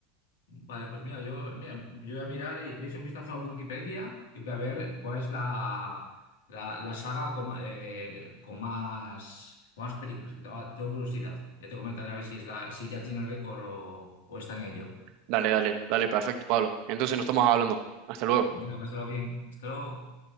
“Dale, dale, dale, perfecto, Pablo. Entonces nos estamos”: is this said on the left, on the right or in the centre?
Right